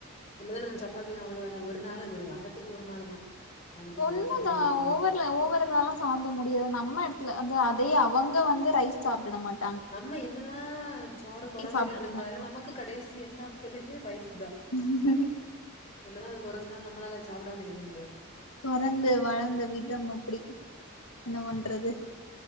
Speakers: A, on the left (about 30°); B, on the left (about 80°).
A: என்னதா நம்மளுக்கு சப்பாத்தியில அவ்ளோ எல்லா ஒரு ஒரு நாளு ஒரு வாரத்துல ஒரு நாளு தான் அதுக்கு
B: ஒண்ணுதா
A: மேலலாம் அது திண்ண
B: ஒவ்வொருல
A: முடியாது
B: ஒவ்வொரு இதாலாம் சாப்ட முடியாது நம்ம எடத்துல வந்து தையை அவங்க வந்து ரைஸ் சாப்டுன மாட்
A: நம்ம என்னதா சோறு கொற
B: சாப்ட
A: சொல்லிட்டு இருந்தாலு
B: மாட்டோ
A: நமக்கு கடைசி end of the day rice
B: உஹ
A: என்னதா அத கொற சொன்னாலு நம்மளால அத சாப்டாம இருக்க முடியாது
B: பொறந்து வளந்த விதம் அப்டி என்ன பண்றது